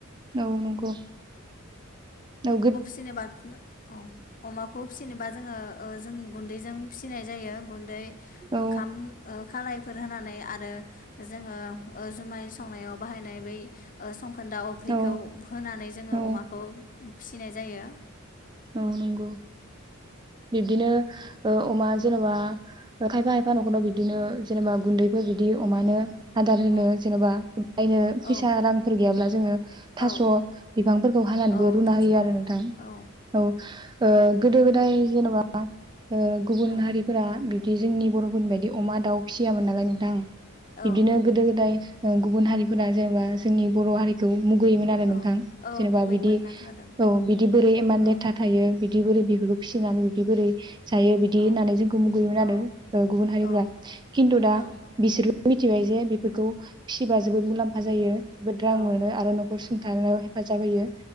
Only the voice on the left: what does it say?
जेनेबा अ अमाखौ फिसिनोबा जोङो ओ जों गुन्दैजों फिसिनाय जायो गुन्दै
ओंखाम ओ खालायफोर होनानै आरो जोङो ओ जुमाय संनायाव बाहायनाय बै ओ सं खोनदा अफ्रिखौ
होनानै जोंङो
अमाखौ फिसिनाय जायो
औ
औ
औ
औ
थास'
बिफां
औ
औ
औ
नंगौ
औ औ
मुगैमोन
होनना खोनादों
औ
औ
औ
औ
औ
औ